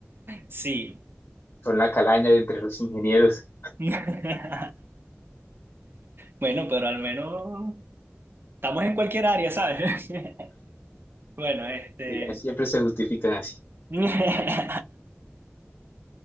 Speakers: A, on the right; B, on the left.
A: Sí.
B: Son la calaña de entre los ingenieros.
A: <laughs> Bueno, pero al menos estamos en cualquier área, ¿sabes? <laughs> Bueno, este...
B: Sí, siempre se justifican así.
A: <laughs>